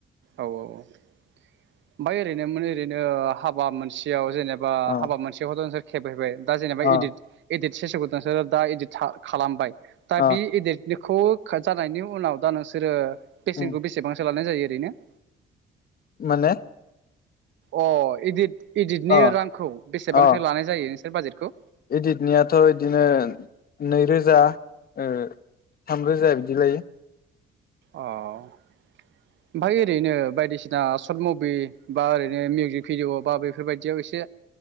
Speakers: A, on the right; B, on the left.
A: औ औ ओमफ्राय ओरैनोमोन ओरैनो हाबा मोनसेयाव जेनेब बा
B: अ
A: हाबा मोनसेयावथ' नोंसोर खेबहैबाय दा जेनेबा
B: अ
A: इदिट इदिट सेसेवखौ नोंसोरो दा इदिट खालामबाय दा
B: अ
A: बि इदिट बेखौ जानायनि उनाव दा नोंसोरो बेसेनखौ
B: उम
A: बेसेबांसो ला नाय जायो ओरैनो
B: माने
A: अ इदिट इदिटनि
B: अ
A: रांखौ बेसेबांसो
B: अ
A: लानाय जायो बाजेटखौ
B: इदिटनियाथ' बिदिनो नैरोजा ओ थामरोजा बिदि लायो
A: अ ओमफ्राय ओरैनो बायदिसिना सर्ट मुभि बा ओरैनो मिउजिक भिडिअ' बा बेफोरबायदियाव एसे